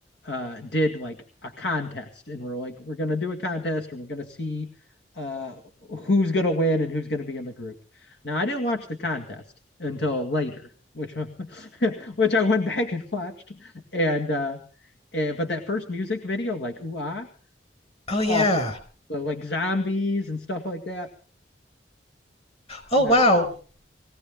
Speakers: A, on the left; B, on the left.
A: uh did like a contest and we're like we're going to do a contest and we're going to see uh who's going to win and who's going to be in the group. Now I didn't watch the contest until later, which <laughs> which I went back and watched and uh and, but that first music video like ooh ah
B: Oh yeah.
A: awesome. So like zombies and stuff like that.
B: Oh
A: They're
B: wow.